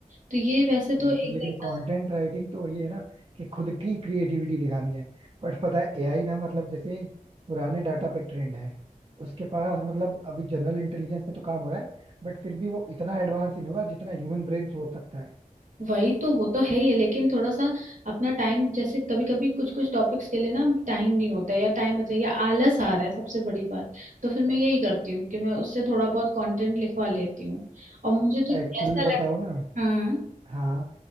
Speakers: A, on the right (about 60°); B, on the right (about 40°).
A: तो ये वैसे तो
B: Exactly,
A: एक
B: लेकिन
A: देखा
B: कंटेंट राइटिंग तो ये है ना कि खुद की क्रिएटिविटी दिखानी है बट पता है एआई ना मतलब जैसे पुराने डाटा पे ट्रेंड है उसके पास मतलब अभी जनरल इंटेलिजेंस पे तो काम हो रहा है बट फिर भी वो इतना एडवांस नहीं होगा जितना ह्यूमन ब्रेन सोच सकता है
A: वही तो वो तो है ही है लेकिन थोड़ा सा अपना टाइम जैसे कभी कभी कुछ कुछ टॉपिक्स के लिए ना टाइम नहीं होता है या टाइम बचा या आलस आ रहा है सबसे बड़ी बात तो फिर मैं यही करती हूँ कि मैं उससे थोड़ा बहुत कंटेंट लिखवा लेती हूँ और मुझे तो
B: एक्चुअल
A: ऐसा
B: बताओ
A: लग
B: ना
A: हाँ
B: हाँ